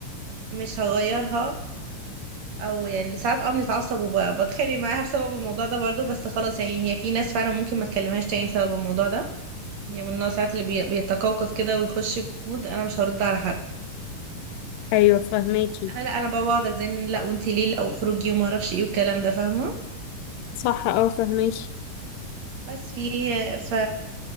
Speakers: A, on the right; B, on the left.
A: مش هغيرها او يعني ساعات اه بنتعصب وبتخانق معاها بسبب الموضوع ده برضو بس خلاص يعني هي في ناس فعلا ممكن ما تكلمهاش تاني بسبب الموضوع ده هي من النوع ساعات اللي بي... بيتقوقص كده ويخش في مود انا مش هرد على حد
B: ايوه فهماكي
A: انا لا انا بقعد ازن لا وانتي ليه لا واخرجي وما اعرفش ايه والكلام ده فاهمه
B: صح اه فهماكي
A: بس في ف